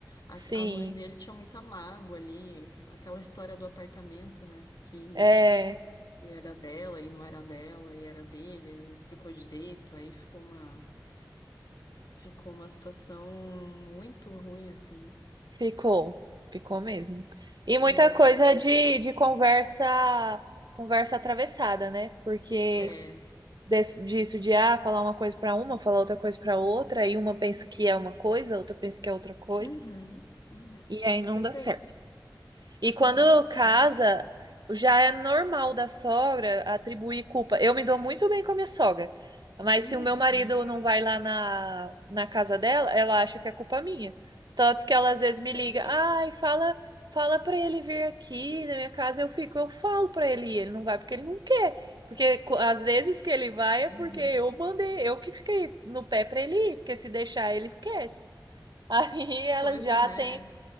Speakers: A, on the left; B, on the right.
A: A,
B: Sim.
A: a mãe dele tinha muita mágoa ali, aquela história do apartamento, né? Que,
B: É.
A: que era dela e não era dela e era dele, ele não explicou direito, aí ficou uma, ficou uma situação muito ruim, assim.
B: Ficou, ficou mesmo. E
A: E
B: muita
A: é,
B: coisa de, de conversa, conversa atravessada, né? Porque
A: é, é,
B: desse disso de ah, falar uma coisa para uma, falar outra coisa para outra, aí uma pensa que é uma coisa, a outra pensa que é outra coisa,
A: uhum, uhum,
B: e aí
A: com
B: não
A: certeza.
B: dá certo. E quando
A: Não,
B: casa,
A: pois é.
B: já é normal da sogra atribuir culpa. Eu me dou muito bem com a minha sogra, mas
A: Hum,
B: se o meu marido
A: uhum,
B: não vai lá na, na casa dela, ela acha que é culpa minha. Tanto que ela às vezes me liga,
A: é coisa.
B: ai, fala, fala para ele vir aqui na minha casa, eu fico, eu falo para ele, e ele não vai porque ele não quer. Porque co- às vezes que ele vai é
A: Uhum,
B: porque eu mandei, eu que fiquei no pé para ele ir, porque se deixar ele esquece. <laughs> Aí ela
A: coisa,
B: já
A: né?
B: tem